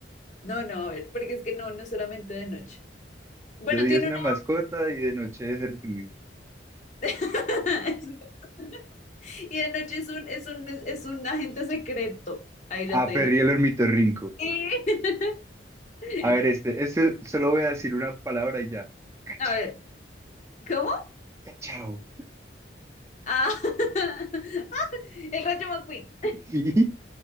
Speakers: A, on the left; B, on the right.
A: No, no, a ver, porque es que no, no solamente de noche. Bueno,
B: de día
A: tiene
B: es una
A: una...
B: mascota y de noche es Gertrude.
A: <laughs> Y de noche es un, es un, es un agente secreto. Ahí ya
B: Ah,
A: te
B: Perry
A: dije.
B: el ornitorrinco.
A: Sí.
B: A
A: <laughs>
B: ver, este, este solo voy a decir una palabra y ya. Cachao,
A: A ver, ¿cómo?
B: cachao.
A: Ah, <laughs> el Rayo McQueen.
B: Sí,